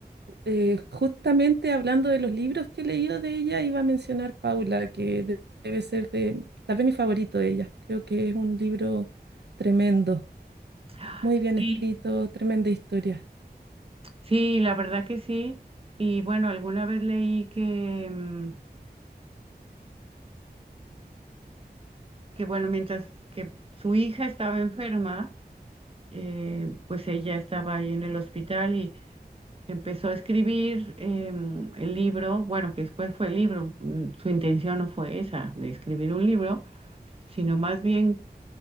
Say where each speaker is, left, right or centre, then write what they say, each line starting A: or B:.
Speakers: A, on the right (about 80°); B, on the right (about 35°).
A: eh, justamente hablando de los libros que he leído de ella, iba a mencionar Paula, que de- debe ser de, tal vez mi favorito de ella. Creo que es un libro tremendo,
B: <gasps> Ah,
A: muy bien
B: Sí,
A: escrito, tremenda historia.
B: sí, la verdad que sí. Y bueno, alguna vez leí que, mm, que bueno, mientras que su hija estaba enferma, eh, pues ella estaba ahí en el hospital y empezó a escribir em, el libro, bueno, que después fue el libro, mm, su intención no fue esa, de escribir un libro, sino más bien